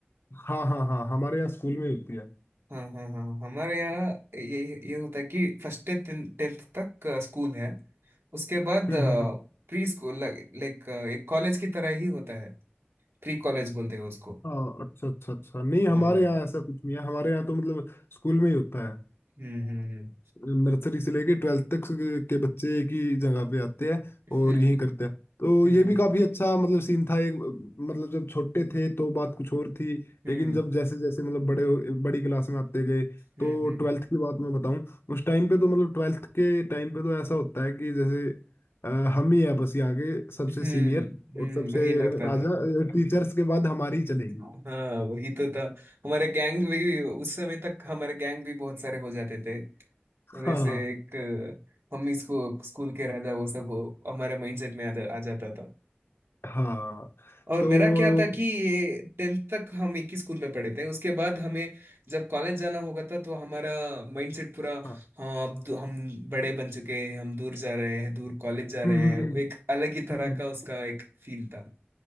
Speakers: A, on the left; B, on the right.
A: हाँ हाँ हाँ हमारे यहाँ स्कूल में होती है
B: हाँ हाँ हाँ हमारे यहाँ ये ये होता है कि फर्स्ट से टेंथ तक अ, स्कूल है उसके बाद
A: हम्म हम्म हम्म।
B: प्री स्कूल लाइक एक कॉलेज की तरह ही होता है प्री कॉलेज बोलते हैं उसको
A: हाँ अच्छा अच्छा अच्छा नहीं हमारे
B: हाँ
A: यहाँ ऐसा कुछ नहीं है हमारे यहाँ तो मतलब स्कूल में ही होता है
B: हम्म हम्म
A: नर्सरी से लेके ट्वेल्थ तक के के बच्चे एक ही जगह पे आते हैं
B: हम्म
A: और यहीं करते हैं तो
B: हम्म
A: ये भी काफी अच्छा मतलब सीन था एक मतलब जब छोटे थे तो बात कुछ और थी
B: हम्म
A: लेकिन जब जैसे जैसे मतलब बड़े हो- बड़ी क्लास में आते गए
B: हम्म
A: तो
B: हम्म
A: ट्वेल्थ की बात मैं बताऊं उस टाइम पे तो मतलब ट्वेल्थ के टाइम पे तो ऐसा होता है कि जैसे अ, हम ही है बस यहाँ के सबसे
B: हम्म
A: सीनियर
B: हम्म,
A: और सबसे
B: वही लगता
A: राजा
B: था
A: टीचर्स के बाद हमारी ही चलेगी
B: हाँ वही तो था हमारे गैंग भी उस समय तक हमारे गैंग भी बहुत सारे हो जाते थे
A: हाँ
B: वैसे एक अ, हम इसको स्कूल के राजा वो सब हो, हमारे माइंडसेट में आ, जा- आ जाता था
A: हाँ
B: और
A: तो
B: मेरा क्या था कि ये टेंथ तक हम एक ही स्कूल में पढ़े थे उसके बाद हमें जब कॉलेज जाना होगा था तो हमारा माइंडसेट पूरा
A: हाँ
B: हाँ अब दू- हम बड़े बन चुके हैं हम दूर जा रहे हैं दूर कॉलेज जा
A: हम्म
B: रहे
A: हम्म
B: हैं
A: हम्म,
B: एक अलग ही तरह
A: हम्म।
B: का उसका एक फील था